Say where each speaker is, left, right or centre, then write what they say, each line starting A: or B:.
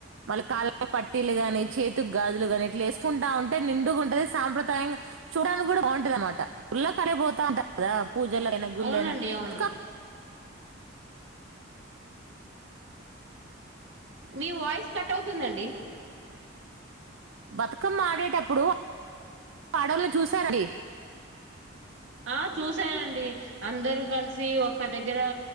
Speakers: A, on the right; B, on the right.
A: మళ్ళీ కాళ పట్టీలు గాని, చేతు గాజులు గాని, ఇట్ల ఏసుకుంటా ఉంటే నిండుగ ఉంటది సాంప్రదాయంగా చూడడానికి కూడా బాగుంటది అనమాట గుడ్ల కాడికిపోతా ఉంటారు కదా. పూజలైనా గుడ్లైనా
B: అవునండి అవును
A: అక
B: మీ వాయిస్ కట్ అవుతుందండి
A: బతుకమ్మ ఆడేటప్పుడు <inaudible> అడోళ్ల్ని చూశారండి.
B: ఆ చూసానండి అందరూ కలిసి ఒక దగ్గరా